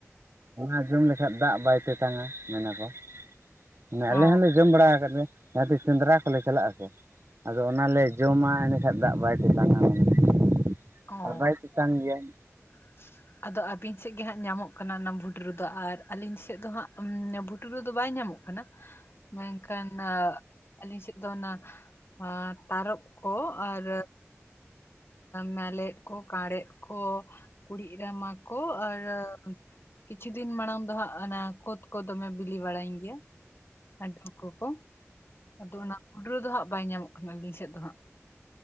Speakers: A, on the right; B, on the left.
A: ᱚᱱᱟ ᱡᱚᱢ ᱞᱮᱠᱷᱟᱡ ᱫᱟᱜ ᱵᱟᱭ ᱛᱮᱛᱟᱝᱟ ᱢᱮᱱᱟᱠᱚ ᱢᱟᱱᱮ ᱟᱞᱮ
B: ᱚ
A: ᱦᱚᱸᱞᱮ᱾ ᱡᱚᱢ ᱵᱟᱲᱟ ᱟᱠᱟᱫ ᱜᱮ ᱡᱟᱸᱦᱟ ᱛᱤᱥ ᱥᱮᱸᱫᱽᱨᱟ ᱠᱚᱞᱮ ᱪᱟᱞᱟᱜ-ᱟ ᱥᱮ᱾ ᱟᱫᱚ ᱚᱱᱟᱞᱮ ᱡᱚᱢᱟ ᱮᱸᱰᱮᱠᱷᱟᱜ ᱫᱟᱜ ᱵᱟᱭ ᱛᱮᱛᱟᱝᱟ ᱫᱚᱢᱮ᱾
B: ᱚ
A: ᱟᱨ ᱵᱟᱭ ᱪᱮᱛᱟᱱ ᱜᱮᱭᱟᱭ᱾
B: <unintelligible> ᱟᱫᱚ ᱟᱵᱤᱱ ᱥᱮᱜ ᱜᱮ ᱦᱟᱸᱜ ᱧᱟᱢᱚᱜ ᱠᱟᱱᱟ ᱚᱱᱟ ᱵᱷᱩᱴᱨᱩ ᱫᱚ ᱟᱨ ᱟᱞᱤᱧ ᱥᱮᱜ ᱫᱚ ᱦᱟᱸᱜ ᱵᱷᱩᱴᱨᱩ ᱫᱚ ᱵᱟᱭ ᱧᱟᱢᱚᱜ ᱠᱟᱱᱟ᱾ ᱢᱮᱱᱠᱷᱟᱱ ᱟ ᱟᱞᱤᱧ ᱥᱮᱜ᱾ ᱫᱚ ᱱᱟ ᱟᱸ ᱛᱟᱨᱚᱵᱽ ᱠᱚ ᱟᱨ᱾ ᱢᱮᱞᱮᱫ ᱠᱚ ᱠᱟᱸᱬᱮᱫ ᱠᱚ ᱠᱩᱲᱤᱜ ᱨᱟᱢᱟ ᱠᱚ ᱟᱨ᱾ ᱠᱤᱪᱷᱩ ᱫᱤᱱ ᱢᱟᱲᱟᱝ ᱫᱚ ᱦᱟᱸᱜ ᱚᱱᱟ ᱠᱳᱛ ᱠᱚ ᱫᱚᱢᱮ ᱵᱤᱞᱤ ᱵᱟᱲᱟᱭᱤᱧ ᱜᱮᱭᱟ ᱟᱫᱚ᱾ ᱠᱩ ᱠᱚ ᱟᱫᱚ ᱚᱱᱟ ᱵᱷᱩᱸᱰᱨᱩ ᱫᱚ ᱦᱟᱸᱜ ᱵᱟᱭ ᱧᱟᱢᱚᱜ ᱠᱟᱱᱟ ᱟᱹᱞᱤᱧ ᱥᱮᱜ ᱫᱚ ᱦᱟᱸᱜ᱾